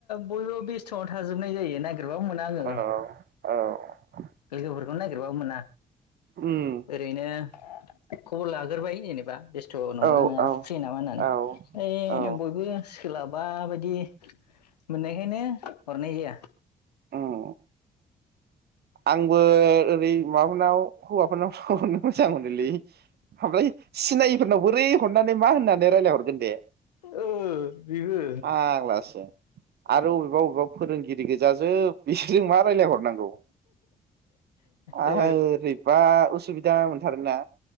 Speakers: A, on the left (about 85°); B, on the right (about 55°).
A: बयबो बेस्थ'आव जायो ना जेबों मोना आङो
B: औ औ
A: लोगोफोरखौनो नागिरबाबो मोना
B: उम
A: ओरैनो खबर लाग्रोबाय बेस्थ' नंगौना
B: औ
A: नंया
B: औ
A: फ्रि नामा होननानै
B: औ
A: ऐ
B: औ
A: बयबो सोलाबा बायदि मोननायखायनो हरनाय जाया
B: उम आंबो ओरै माबाफोरनाव हौवाफोरनाव सरनो मोजां मोनोलै ओमफ्राय सिनायैफोरनाव बोरै हरनानै मा होननानै दा रायलायहरगोन दे
A: ओ बेबो
B: फाग्लासो आरो अबेबा अबेबा फोरोंगिरि गोजाजोब बिसोरजों मा रायलायहरनांगौ आं
A: ओ
B: बोरैबा उसुबिदा मोनथारो ना